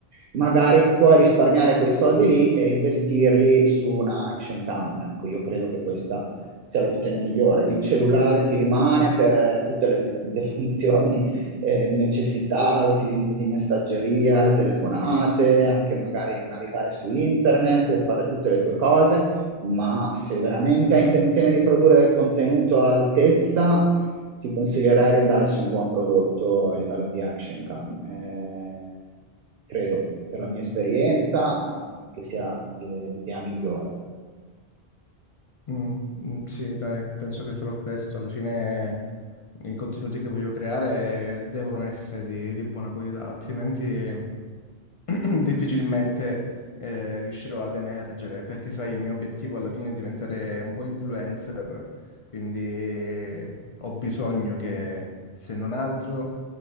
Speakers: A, on the right; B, on the left.
A: magari puoi risparmiare quei soldi lì e investirli su una action cam. Ecco, io credo che questa sia l'opzione migliore. Il cellulare ti rimane per eh, tutte le le funzioni eh, di necessità, l'utilizzo di messaggeria, telefonate, anche magari navigare su internet, e fare tutte le tue cose, ma se veramente hai intenzione di produrre del contenuto all'altezza, ti consiglierei di andare su un buon prodotto a livello di action cam. Eh, credo, per la mia esperienza, eh, che sia eh, l'idea migliore.
B: Mm, mm, sì, dai, penso che farò questo. Alla fine i contenuti che voglio creare devono essere di, di buona qualità, altrimenti... <clears throat> difficilmente eh, riuscirò ad emergere, perché sai, il mio obiettivo alla fine è diventare un po' influencer, quindi ho bisogno che, se non altro,